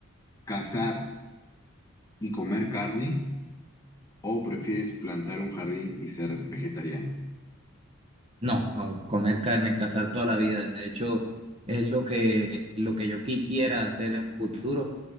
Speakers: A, on the left; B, on the right.
A: cazar y comer carne o prefieres plantar un jardín y ser vegetariano?
B: No, no, comer carne, cazar toda la vida. De hecho, es lo que, lo que yo quisiera hacer en un futuro,